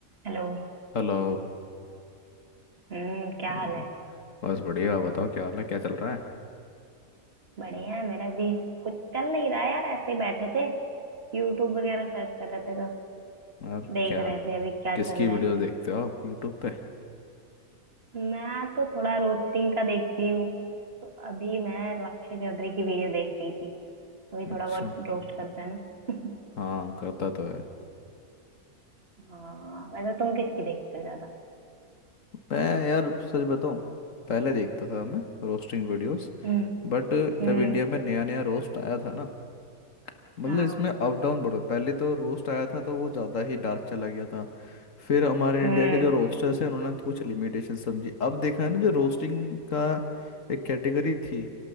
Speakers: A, on the right; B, on the left.
A: हेलो
B: Hello
A: हम्म क्या
B: हाँ
A: हाल
B: जी
A: है
B: बस बढ़िया बताओ क्या हाल है क्या चल रहा
A: बढ़िया है मेरा भी कुछ चल नहीं रहा यार ऐसे ही बैठे थे यूट्यूब वगैरह सर्च कर रहे थे तो
B: है और
A: देख
B: क्या
A: रहे थे अभी क्या
B: किसकी
A: चल रहा
B: वीडियोस
A: है
B: देखते हो आप यूट्यूब पे
A: मैं तो थोड़ा रोस्टिंग का देखती हूँ तो अभी मैं लक्ष्य चौधरी की वीडियो देख रही थी वही
B: अच्छा
A: थोड़ा बहुत रोस्ट करता है ना <laughs>
B: हाँ करता तो है
A: हाँ वैसे तुम किसकी देखते हो ज्यादा
B: मैं यार सच बताऊं पहले देखता था मैं रोस्टिंग वीडियोस
A: हम्म
B: बट
A: हम्म
B: जब इंडिया में नया नया रोस्ट आया था ना मतलब
A: हाँ
B: इसमें अप डाउन बढ़ो पहले तो रोस्ट आया था तो वो ज़्यादा ही डार्क चला गया था फिर हमारे
A: हम्म
B: इंडिया के जो रोस्टर्स हैं उन्होंने कुछ लिमिटेशन समझी अब देखा है ना जो रोस्टिंग का एक कैटेगरी थी